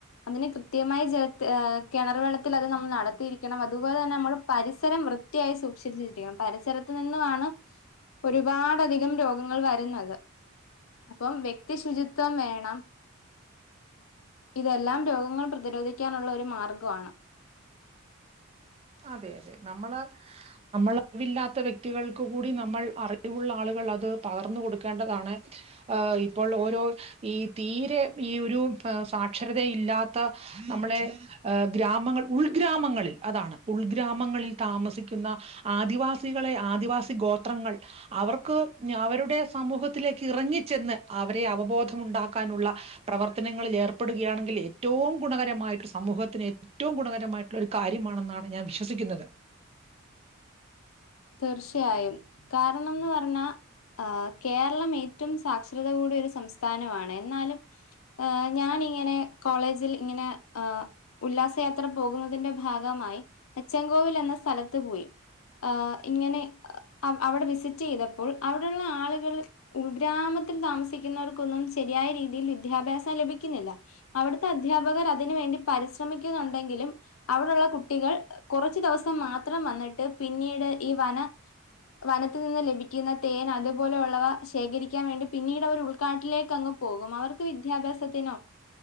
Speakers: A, on the left; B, on the right.
A: അതിന് കൃത്യമായി ചെർത് ഹ് കെണറ് വെള്ളത്തിൽ അത് നമ്മൾ നടത്തിയിരിക്കണം അതുപോലെ തന്നെ നമ്മള് പരിസരം വൃത്തിയായി സൂക്ഷിച്ചിരിക്കണം പരിസരത്തു നിന്നുമാണ് ഒരുപാട് അധികം രോഗങ്ങൾ വരുന്നത് അപ്പം വ്യക്തി ശുചിത്വം വേണം ഇതെല്ലാം രോഗങ്ങൾ പ്രതിരോധിക്കാനുള്ള ഒരു മാർഗാണ്
B: അതെ അതെ നമ്മള് നമ്മൾ റിവില്ലാത്ത വ്യക്തികൾക്ക് കൂടി നമ്മൾ അറിവുള്ള ആളുകൾ അത് പകർന്ന് കൊടുക്കേണ്ടതാണ് ഹ് ഇപ്പോൾ ഓരോ ഈ തീരെ ഈ ഒരു സാക്ഷരതയില്ലാത്ത നമ്മളെ ഗ്രാമങ്ങൾ ഉൾഗ്രാമങ്ങളിൽ അതാണ് ഉൾഗ്രാമങ്ങളിൽ താമസിക്കുന്ന ആദിവാസികളെ ആദിവാസി ഗോത്രങ്ങൾ അവർക്ക് അവരുടെ സമൂഹത്തിലേക്ക് ഇറങ്ങിച്ചെന്ന് അവരെ അവബോധമുണ്ടാക്കാനുള്ള പ്രവർത്തനങ്ങളിൽ ഏർപ്പെടുകയാണെങ്കിൽ ഏറ്റവും ഗുണകരമായിട്ട് സമൂഹത്തിന് ഏറ്റവും ഗുണകരമായിട്ടുള്ള ഒരു കാര്യമാണെന്നാണ് ഞാൻ വിശ്വസിക്കുന്നത്
A: തീർച്ചയായും കാരണംന്ന് പർഞ്ഞാ ആ് കേരളം ഏറ്റവും സാക്ഷരത കൂടിയ ഒരു സംസ്ഥാ നമാണ് എന്നാലും ഞാൻ ഇങ്ങനെ കോളേജിൽ ഇങ്ങനെ ആ ഉല്ലാസയാത്ര പോകുന്നതിന്റെ ഭാഗമായി അച്ചൻകോവിൽ എന്ന സ്ഥലത്ത് പോയി അ് ഇങ്ങനെ അവ്ടെ വിസിറ്റെയ്തപ്പോൾ അവിടെള്ള ആളുകൾ ഉൾഗ്രാമത്തിൽ താമസിക്കുന്നവർക്കൊന്നും ശരിയായ രീതിയിൽ വിദ്യാഭ്യാസം ലഭിക്കുന്നില്ല അവിടുത്തെ അധ്യാപകർ അതിന് വേണ്ടി പരിശ്രമിക്കുന്നുണ്ടെങ്കിലും അവിടുള്ള കുട്ടികൾ കുറച്ച്ദിവസം മാത്രം വന്നിട്ട് പിന്നീട് ഈ വന വനത്തിൽ നിന്ന് ലഭിക്കുന്ന തേൻ അതുപോലെ ഉള്ളവ ശേഖരിക്കാൻ വേണ്ടി പിന്നീട് അവർ ഉൾക്കാട്ടിലേക്ക് അങ്ങ് പോകും അവർക്ക് വിദ്യാഭ്യാസത്തിനോ